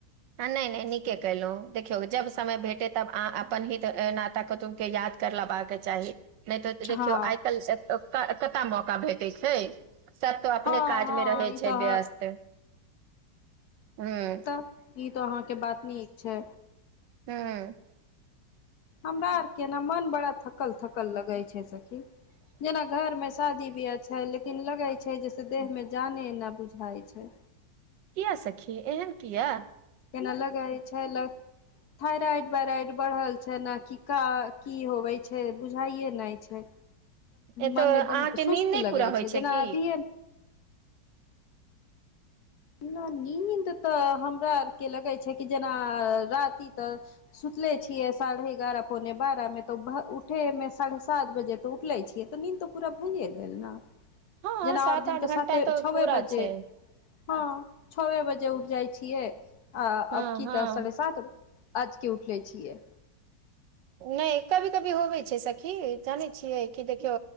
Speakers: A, on the right; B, on the left.
A: आ नहि नहि नीके केलहु देखियौ जब समय भेटे तब आ अपन हित नात कुटुमब के याद कर लेबाक के चाही नहि तऽ देखियौ
B: हँ
A: आइ काल्हि कत मौका भेटै छै सभ तो अपने
B: हँ
A: काजमे
B: हँ
A: रहै
B: ई
A: छै
B: तऽ
A: व्यस्त हँ
B: तऽ ई तऽ अहाँके बात नीक छै
A: हँ
B: हमरा अर के न मन बड़ा थकल थकल लगै छै सखी जेना घर मे शादी बियाह छै लेकिन लगै छै छै जैसे देहमे जाने न बुझाइ छै
A: किया सखी एहन किया
B: केनालगइ थइराइड वायराइड बढ़ल छैय न कि का की होवे छै बुझाए नैय छै
A: ए
B: मन
A: तो अहाँके
B: एकदम
A: नींद
B: सुस्त
A: नहि
B: लगै
A: पूरा होइ
B: छै जेना
A: की
B: अभिये न नीनीन्द तऽ हमरा अरके लगै छै कि जेना राती तऽ सु नचले छिये साढ़े एगारह पौने बारह में तऽ उठे में साढ़े सात बजे तऽ उठले छियै त
A: हँ
B: जेना
A: सात
B: आओर दिन
A: आठ
B: तऽ साते
A: घंटा
B: छये
A: पूरा
B: बजे
A: छै
B: हँ छवे बजे उठ जाइ छियै आ
A: हँ
B: अब की
A: हँ
B: तऽ साढ़े सात आज के उठले छियै
A: नैय कभी कभी होबे छै सखी जानै छियै कि देखियौ